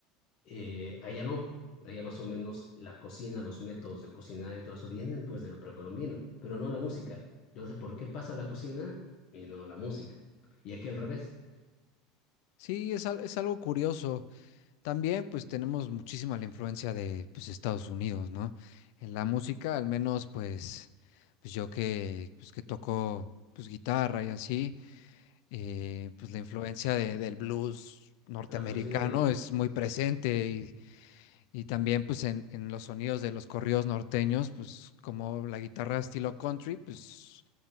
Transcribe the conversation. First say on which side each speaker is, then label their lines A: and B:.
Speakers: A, on the left; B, on the left.
A: Eh, allá no, allá más o menos la cocina, los métodos de cocinar y todo eso vienen pues de lo precolombino, pero no la música. Yo no sé por qué pasa la cocina y no la música. Y aquí al revés.
B: Sí, es, al- es algo curioso. También pues tenemos muchísima la influencia de pues Estados Unidos, ¿no? En la música, al menos pues, pues yo que pues que toco pues guitarra y así, eh, pues la influencia de- del blues norteamericano
A: Ah, pues sí.
B: es muy presente y, y también pues en, en los sonidos de los corridos norteños, pues como la guitarra estilo country, pues,